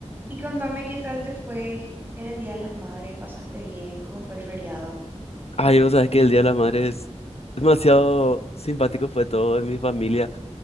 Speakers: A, on the right; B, on the left.
A: Y contame qué tal te fue en el Día de las Madres, ¿pasaste bien? ¿Cómo fue el feriado?
B: Ay, vos sabés que el Día de las Madres es demasiado simpático fue todo en mi familia.